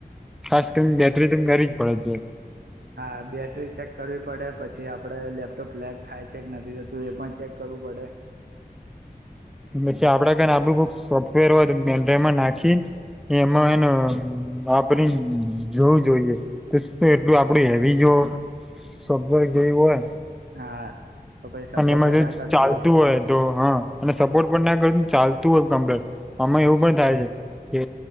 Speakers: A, in the centre; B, on the right.
A: ખાસ કરીને બેટરી તો કરી જ પડે છે.
B: હા બેટરી ચેક કરવી પડે પછી આપડે લેપટોપ લેગ થાય છે કે નથી તું એ પણ ચેક કરવું પડે
A: પછી આપડે કને આપડુંક સોફ્ટવેર હોય પેન ડ્રાઈવમા નાખી એમાં એને આપડે જોવું જોઈએ એટલું આપડું હેવી જો શબ્જ ગઈ હોય.
B: હા તો પછી સપોર્ટ
A: અને એમાં
B: જ
A: જો
B: ના કરતું
A: ચાલતું હોય તો હા અને સપોર્ટ પણ ના કર ચાલતું હોય કમ્પ્લેટ આમાં એવું પણ થાય છે કે